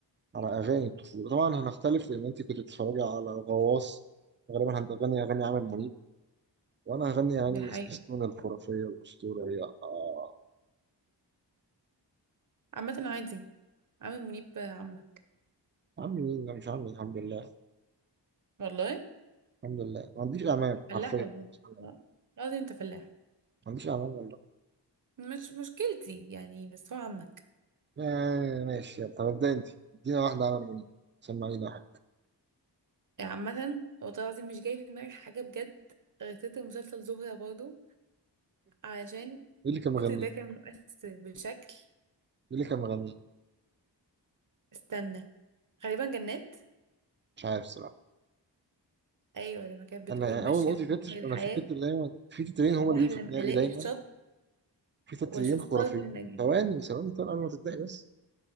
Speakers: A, on the right; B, on the right.
A: على أغاني الطفولة طبعا هنختلف لأن أنت كنت بتتفرجي على غواص غالبا هتغني أغاني عامر منيب وأنا هغني أغاني
B: دي حقيقة
A: سبيستون الخرافية الأسطورية آه
B: عامة عادي عامل منيب عمك
A: عمي مين أنا مش عمي الحمد لله
B: والله
A: الحمد لله ما عنديش أمان
B: فلاح
A: حرفيا ما
B: والله
A: عنديش أمان
B: لا لازم انت فلاح
A: ما عنديش أمان
B: مش مشكلتي يعني بس هو عمك
A: آه ماشي يلا طب ابدأ انت ادينا واحدة عمل منيب سمعينا واحد
B: يعني عامة والله العظيم مش جاي في دماغي حاجة بجد غير تتر مسلسل زهرة برضه علشان
A: مين اللي كان مغنيه؟
B: التتر ده
A: مين
B: كان مؤثر بشكل
A: اللي كان مغنيه؟
B: استنى غالبا جنات
A: مش عارف الصراحة
B: ايوه لما كانت بتقول
A: أنا يعني
B: ماشية
A: أول ما قلت
B: في
A: تتر
B: بحر الحياة
A: أنا في تتر دايما في تترين هما
B: بحلم
A: اللي بيجوا في دماغي
B: الاقي
A: دايما
B: الشط
A: في تترين
B: واشوف
A: خرافيين
B: ارض النجاة
A: ثواني ثواني طبعا أنا ما تتضايق بس